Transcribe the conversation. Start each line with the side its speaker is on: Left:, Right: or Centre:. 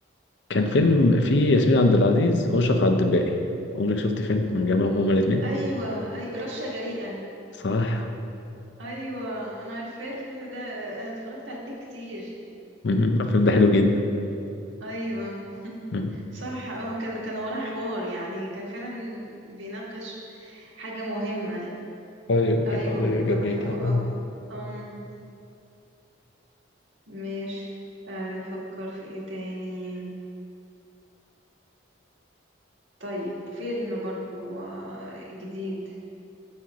Left: كان فيلم فيه ياسمين عبد العزيز وأشرف عبد الباقي عمرك شفت فيلم من جمعهم هما الاتنين
Right: ايوه اي رشه جريئه
Left: صح <laughs>
Right: ايوه انا عارفاه الفيلم ده آه، انا اتفرجت عليه كتير
Left: مم. الفيلم ده حلو جدا
Right: ايوه
Left: <laughs>
Right: صح اه كان كان وراه حوار يعني كان فعلا بيناقش حاجه مهمه
Left: ايوه كانت
Right: ايوه
Left: قضية
Right: انا
Left: جديدة
Right: بحبه قوي اه ماشي آه، نفكر في ايه تاني طيب فيلم برضو آه، جديد